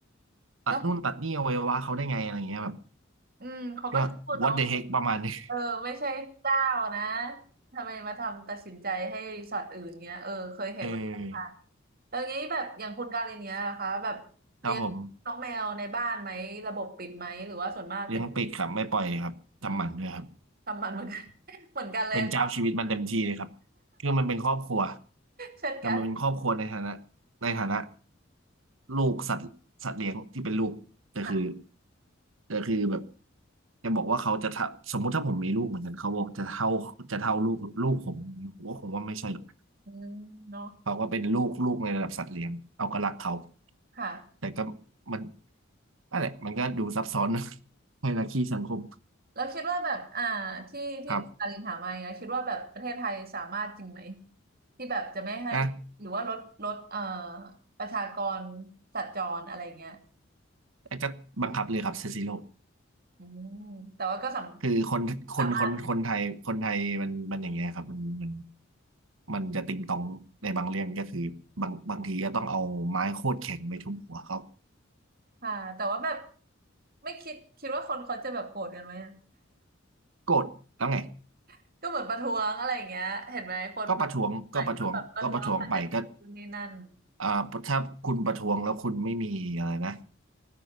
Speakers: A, on the right (about 85°); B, on the right (about 50°).
A: ตัดนู่นตัดนี่อวัยวะเขาได้ไงอะไรเงี้ยแบบ
B: แล้วอืมเขาก็พูดเนาะ
A: ก็ what the heck ประมาณนี้ <laughs>
B: เออไม่ใช่เจ้านะทำไมมาทำตัดสินใจให้ชอตว์อื่นเงี้ยเออเคยเห็นมาแล้วค่ะ
A: เออ
B: ตอนนี้แบบอย่างคุณการินเนี้ยนะคะแบบเลี้ยงน้องแมวในบ้านไหมระบบปิดไหมหรือว่าส่วนมากเป็น
A: ครับผมเลี้ยงปิดครับไม่ปล่อยครับทำหมันด้วยครับ
B: อืมทำมันเหมือนกัน <laughs> เหมือนกันเลยค่ะ
A: เป็นเจ้าชีวิตมันเต็มที่เลยครับคือมันเป็นครอบครัว
B: เช่นกัน
A: แต่มันเป็นครอบครัวในฐานะในฐานะลูกสัตว์สัตว์เลี้ยงที่เป็นลูกแต่คือ
B: <laughs> ค่ะ
A: แต่คือแบบจะบอกว่าเขาจะทะสมมุติถ้าผมมีลูกเหมือนกันเขาบอกจะเท่าจะเท่าลูกลูกผมผมวคงว่าไม่ใช่หรอก
B: อืมเนาะ
A: เขาก็เป็นลูกลูกในระดับสัตว์เลี้ยงเอาก็รักเขา
B: ค่ะ
A: แต่ก็มันนั่นแหละมันก็ดูซับซ้อนนะ <laughs> ไฮรักีสังคม
B: แล้วคิดว่าแบบอ่าที่ที่คุณการินถามมาเนี้ยคิดว่าแบบประเทศไทยสามารถจริงไหม
A: ครับ
B: ที่แบบจะไม่ให้หรือว่าลดลดเอ่อ
A: อ่ะ
B: ประชากรสัตว์จรอะไรเงี้ย
A: แล้วก็บังคับเลยครับเซซิโล
B: อืมแต่ว่าก็สาม
A: คือคนคนคนคนไทยคนไทยมันมันอย่างเงี้ยครับมันมัน
B: สามารถ
A: มันจะติงตองในบางเรื่องก็คือ บางบางทีก็ต้องเอาไม้โคตรแข็งไปทุบหัวเขา
B: ค่ะแต่ว่าแบบไม่คิดคิดว่าคนเขาจะแบบโกรธกันไหมอะ
A: โกรธแล้วไง
B: <laughs> ก็เหมือนประท้วงอะไรอย่างเงี้ยเห็นไหมคนแบบไหนก็แบบประท้วงอาจจะเกิดขึ้นนี่นั่น
A: ก็ประท้วงก็ประท้วงก็ประท้วงไปก็อ่าถ้าคุณประท้วงแล้วคุณไม่มีอะไรนะ